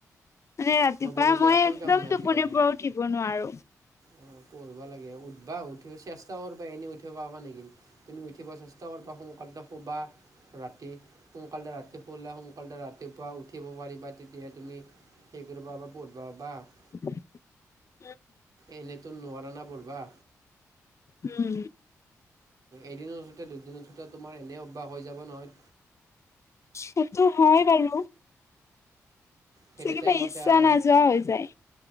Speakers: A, on the left; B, on the right.
A: মানে ৰাতিপুৱা
B: নপঢ়িলে
A: মই
B: একোৱে
A: একদম
B: কাম নাই
A: টোপনিৰ
B: আজিকালি।
A: পৰা উঠিব নোৱাৰো।
B: অ', পঢ়বা লাগে উঠবা উঠি চেষ্টা কৰবা এনেই উঠিব পাৰবা নেকি? তুমি উঠিব চেষ্টা কৰবা সোনকালতে শুবা ৰাতি, সোনকাল ৰাতি শুৱা, সোনকালতে ৰাতিপুৱা উঠিবাব পাৰিবা তেতিয়া তুমি। সেই কৰ বাবা বহুতবাবা <unintelligible>
A: <unintelligible>
B: এনেইতো নোৱাৰা না পঢ়বা।
A: উম
B: এদিন উঠোতে দুদিন উঠোতে তোমাৰ এনে অভ্যাস হৈ যাব নহয়।
A: সেইটো হয় বাৰু।
B: সেইটো
A: কিবা
B: টাইমতে
A: ইচ্ছা
B: আৰু
A: নাযোৱা হৈ যায়।